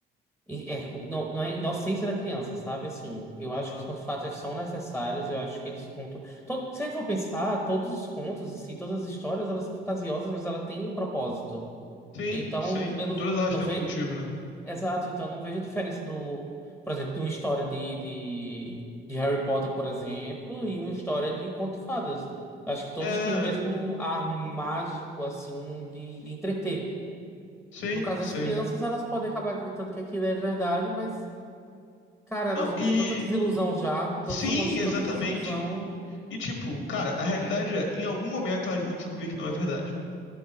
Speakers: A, in the centre; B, on the left (about 80°).
A: e- É, não, não é inocência da criança, sabe? Assim, eu
B: aham.
A: acho que os contos fatos são necessários, eu acho que eles contam. Todo, se a gente for pensar, todos os contos em si, todas as histórias, elas são fantasiosas, mas ela tem um propósito.
B: Sim,
A: Então,
B: sim.
A: eu não,
B: Todas elas
A: não
B: têm
A: vejo.
B: algum motivo, né?
A: Exato, então não vejo a diferença do, por exemplo, de uma história de, de, de Harry Potter, por exemplo, e uma história de Conto de Fadas. Acho que todas
B: É,
A: têm o mesmo ar mágico, assim, de, de entreter.
B: sim,
A: No caso
B: sim.
A: das crianças, elas podem acabar acreditando que aquilo é verdade, mas, cara, elas
B: Não,
A: vão
B: e
A: ter tanta desilusão já. Todos
B: sim,
A: os humanos têm
B: exatamente.
A: tanta desilusão.
B: E, tipo, cara, a realidade é, em algum momento elas vão descobrir que não é verdade.